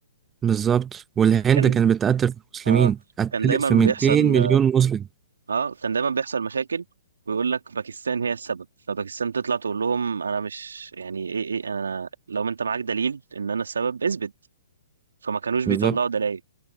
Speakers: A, on the right (about 20°); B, on the right (about 75°).
A: بالظبط والهند
B: كان
A: كانت بتقتل في المسلمين
B: آه
A: قتلت
B: كان دايما
A: في
B: بيحصل
A: 200 مليون مسلم
B: آه كان دايما بيحصل مشاكل ويقول لك باكستان هي السبب فباكستان تطلع تقول لهم أنا مش يعني إيه إيه أنا لو أنت معاك دليل إن أنا السبب اثبت فما كانوش بيطلعوا
A: بالظبط
B: دلائل